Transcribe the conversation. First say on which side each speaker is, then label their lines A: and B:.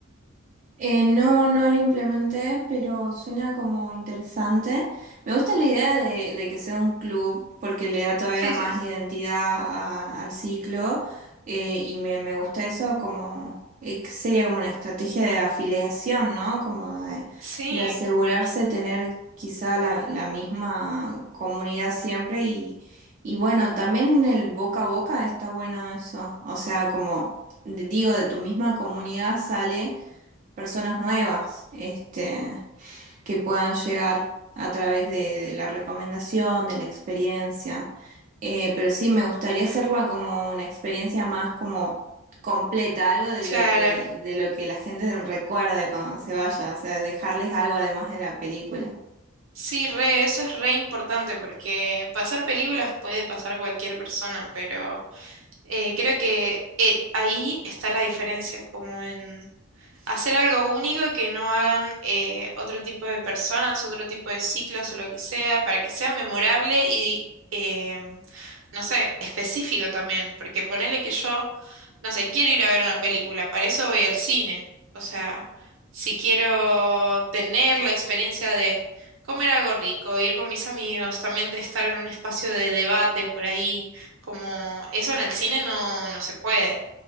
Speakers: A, on the right (about 40°); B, on the right (about 70°).
A: Eh, no, no lo implementé, pero suena como interesante. Me gusta la idea de, de que sea un club porque le da todavía
B: <laughs>
A: más identidad a- al ciclo eh, y me, me gusta eso como, eh, que sería como una estrategia de afiliación, ¿no? Como de,
B: Sí,
A: de asegurarse de tener quizá la, la misma comunidad siempre y, y bueno, también en el boca a boca está bueno eso, o sea, como... de- Digo, de tu misma comunidad sale personas nuevas, este, que puedan llegar a través de, de la recomendación, de la experiencia. Eh, pero sí, me gustaría hacerla como una experiencia más como completa, algo de
B: claro.
A: lo que, de lo que la gente recuerde cuando se vaya, o sea, dejarles algo además de la película.
B: Sí, re, eso es re importante porque pasar películas puede pasar cualquier persona, pero Eh, creo que eh, ahí está la diferencia, como en, hacer algo único que no hagan eh, otro tipo de personas, otro tipo de ciclos o lo que sea, para que sea memorable y, eh, no sé, específico también, porque ponele que yo, no sé, quiero ir a ver una película, para eso voy al cine, o sea, si quiero tener la experiencia de comer algo rico, ir con mis amigos, también de estar en un espacio de debate por ahí, como eso en el cine no, no se puede.